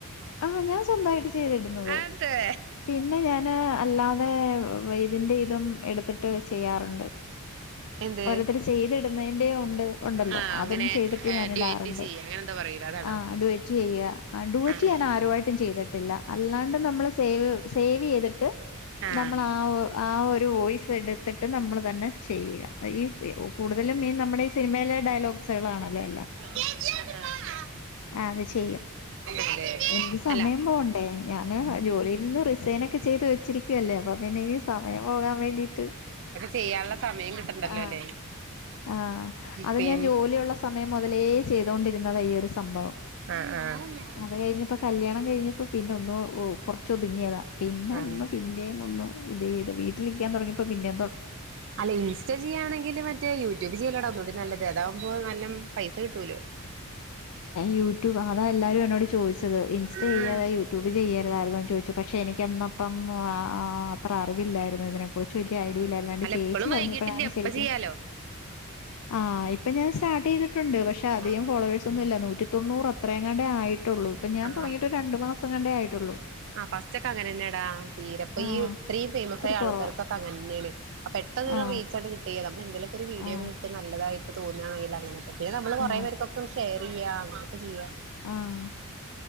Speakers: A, on the left; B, on the right.
A: ആഹ് ഞാൻ സ്വന്തമായിട്ട് ചെയ്തിടുന്നത്
B: അതെ
A: പിന്നെ ഞാന് അല്ലാതെ ഇതിന്റെ ഇതും എടുത്തിട്ട് ചെയ്യാറുണ്ട്
B: എന്ത്
A: ഓരോരുത്തര് ചെയ്തിടുന്നതിന്റെയും ഒണ്ട് ഒണ്ടല്ലോ
B: ആഹ് അങ്ങനെ
A: അതും ചെയ്തിട്ട് ഞാൻ
B: ഡിവൈറ്റ്
A: ഇടാറുണ്ട്
B: ചെയ്യ അങ്ങനെ എന്താ പറയൂലെ അതാണോ
A: ആഹ് ഇടും - റ്റ് ചെയ്യ അടൂട്ടി
B: ആഹ്
A: ഞാൻ ആരുവായിട്ടും ചെയ്തിട്ടില്ല അല്ലാണ്ട് നമ്മള് സേവ് സേവ് ചെയ്ത് ട്ട്
B: ആഹ്
A: നമ്മള് ആ ഒ ആ ഒരു വോയ്സ് എട് ത്തിട്ട് നമ്മള് തന്നെ ചെയ്യ ഈ കൂടുതലും ഈ നമ്മടെ ഈ സിനിമയിലെ ഡയലോഗ്സ് ഗ്സുകളാണല്ലോ എല്ലാം
B: <inaudible>
A: ആ അത് ചെയ്യും
B: അതെ
A: എനിക്ക് സമയം
B: അല്ല
A: പോണ്ടേ ഞാന് ജോലിയിൽ നിന്ന് റിസൈനക്കെ ചെയ്ത് വെച്ചിരിക്കുവല്ലേ അപ്പൊ പിന്നെ എനിക്ക് സമയം പോകാം വേണ്ടിട്ട്
B: ചെയ്യാള്ള സമയം കിട്ട്ണ്ടല്ലോ
A: ആഹ്
B: അല്ലേ
A: ആഹ് അത്
B: പിന്നെ
A: ഞാൻ ജോലിയുള്ള സമയം മുതലേ ചെയ്തോണ്ടിരുന്നതാ ഈ ഒരു സംഭവം
B: ആഹ് ആഹ്
A: അത് കഴിഞ്ഞപ്പ കല്യാണം കഴിഞ്ഞപ്പ പിന്നെ ഒന്ന് കൊർച്ച് ഒതുങ്ങിയതാ പിന്നെ
B: ആഹ്
A: ഒന്ന് പി പിന്നേം ഒന്നു ഇത് ഇത് വീട്ടിലിരിക്ക്യാം തൊടങ്ങിയപ്പോ പിന്നെ
B: ഉം അല്ല ഇൻസ്റ്റ ചെയ്യാണെങ്കില് മറ്റേ യൂട്യൂബ് ചെയ്യല്ലെടാ ഒന്നൂടി നല്ലത് അതാവുമ്പോ നല്ലം പൈസ കിട്ടോലോ
A: യൂട്യൂബ് അതാ എല്ലാരും എന്നോട് ചോയിച്ചത് ഇൻസ്റ്റ
B: ഉം
A: ചെയ്യാതാ യൂട്യൂബ് ചെയ്യര്താര്ന്നോ ചോയിച്ച പക്ഷെ എനിക്ക് അന്നപ്പം ആ അത്ര അറിവില്ലായിരുന്നു ഇതിനെ <unintelligible>
B: ആഹ്
A: ഐഡി ഇല്ലായിരുന്നു എന്റെ
B: അല്ല
A: ചേച്ചി
B: എപ്പളും
A: പറഞ്ഞപ്പഴാണ്
B: വൈകിട്ടില്ല എപ്പ
A: ശരിക്കും
B: ചെയ്യാലോ
A: ആ ഇപ്പ ഞാൻ സ്റ്റാർട്ട് ചെയ്തിട്ടുണ്ട് പക്ഷെ അ അധികം
B: ആഹ്
A: ഫോളെവേഴ്സൊന്നും ഇല്ല നൂറ്റി തൊണ്ണൂറോ അത്രയങാണ്ടേ ആയിട്ടോള്ളൂ ഇപ്പം ഞാൻ
B: ആഹ്
A: തോട്ങ്ങീട്ട് രണ്ട് മാസങ്ങാണ്ടേ ആയിട്ടോള്ളു
B: ആ ഫസ്റ്റ് ഒക്ക അങ്ങനെന്നെടാ തീരപ്പ
A: ആ
B: ഈ ഇത്രീം ഫേമസ്
A: ഇത്തിരി
B: ആയ ആൾക്കാർക്കൊക്ക
A: കുറവാ
B: അങ്ങൻന്നെണ് അ പെട്ടെന്നൊരു
A: ആ
B: റീചാണ്ട് കി ട്ടി നമ്മള് എന്തെലൊക്കെ ഒരു വീഡിയോക്ക
A: ആ
B: ഇട്ട് നല്ലതായിട്ട് തോന്നാണെങ്കില് അങ്ങനെക്കെ പിന്ന നമ്മള് കോറെ
A: ആ
B: പേർക്കോക്കെ ഷെയ ചെയ്യ അങ്ങനെക്കെ ചെയ്യ
A: ആഹ്